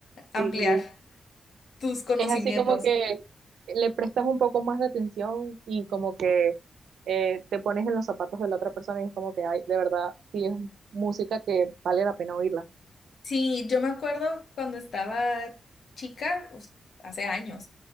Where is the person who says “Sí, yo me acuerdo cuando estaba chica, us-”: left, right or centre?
Left